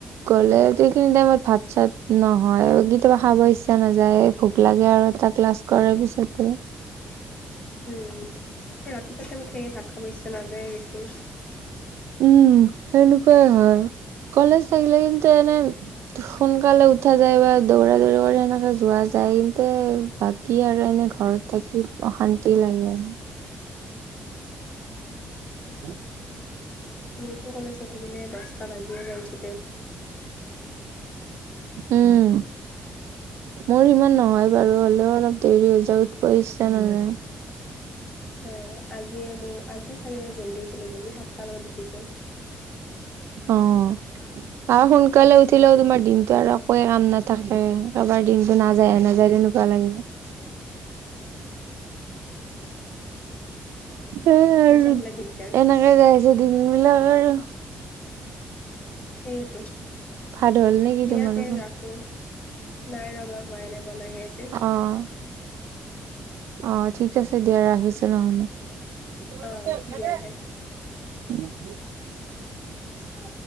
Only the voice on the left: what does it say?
উম, হে ৰাতিপুৱা টাইমত সেই ভাত খাব ইচ্ছা নাযায়ে বেছি।
মোৰতো কলেজ নাথাকিলে দহটা বাজিয়ে যায় উঠোতে
অ' আজিয়ে মোৰ আজি চাগে জল্দি আছিলে নেকি সাতটা মানত উঠিছোঁ।
মানে চবফালে দিগদাৰ
সেইয়েতো,
দিয়া
তে ৰাখোঁ। নাই ৰবা হোৱাই নাই বনাইহে আছে।
অ
দিয়া
তে
উম